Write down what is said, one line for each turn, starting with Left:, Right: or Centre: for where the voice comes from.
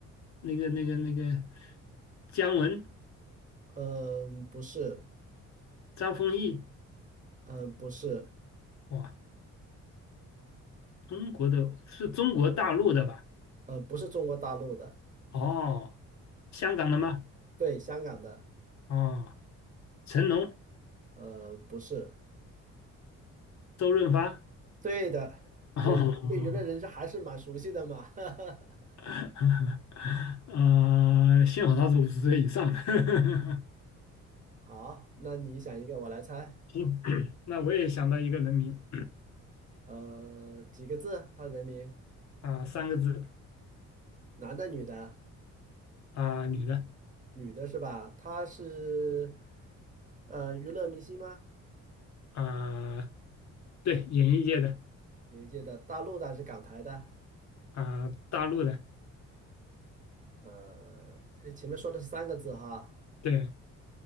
Left: 那个、那个、那个，姜文、
Right: 呃，不是，
Left: 张丰毅，
Right: 呃，不是，
Left: 哇，中国的是中国大陆的吧？
Right: 呃，不是中国大陆的，
Left: 哦，香港的吗？
Right: 对，香港的，
Left: 哦，成龙、
Right: 呃，不是，
Left: 周润发，
Right: 对的，那你对娱乐人士还是蛮熟悉的嘛。
Left: 哦，
Right: <laughs>
Left: <laughs> 呃，幸好他是五十岁以上的。<laughs>
Right: 好，那你想一个，我来猜。
Left: 行，<clears throat> 那我也想到一个人名
Right: 呃，几个字？他人名，
Left: 啊、三个字
Right: 男的、女的？
Left: 啊、女的。
Right: 女的是吧？他是呃娱乐明星吗？
Left: 啊、对，演艺界的
Right: 业界的，大陆的还是港台的？
Left: 啊、大陆的，
Right: 呃，诶前面说的是三个字哈。
Left: 对，